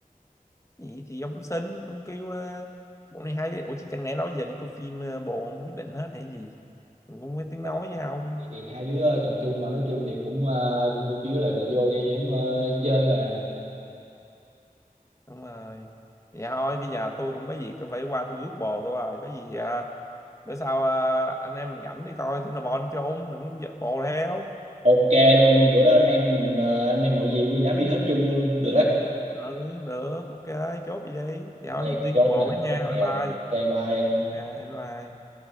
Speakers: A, on the left (about 20°); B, on the right (about 50°).
A: Gì thì ông xin, ông kêu ờ, bộ này hay. Ủa chứ chẳng lẽ đó giờ đi coi phim ờ, bộ ông quyết định hết hay gì? Mình cũng không có tiếng
B: Dạ,
A: nói với ông.
B: thì, thì hai đứa ờ, chọn chung mà nói chung thì cũng ờ, cũng cũng chứ là là vô cho em ờ, chơi mà
A: đúng rồi vậy thôi bây giờ tôi cũng có việc tôi phải qua tôi rước bồ tôi rồi có gì à, bữa sau à, anh em mình rảnh đi coi thỉnh là bon trốn đừng dắt bồ theo
B: ok luôn bữa đó anh em mình ờ, anh em hội gì nguyên đám đi hết chung luôn được á
A: ừ được ok chốt vậy đi vậy
B: ok
A: thôi giờ tôi rước
B: chốt
A: bồ
B: nè
A: với nha
B: chốt kèo
A: bye bye
B: ok bye ông
A: à, bye bye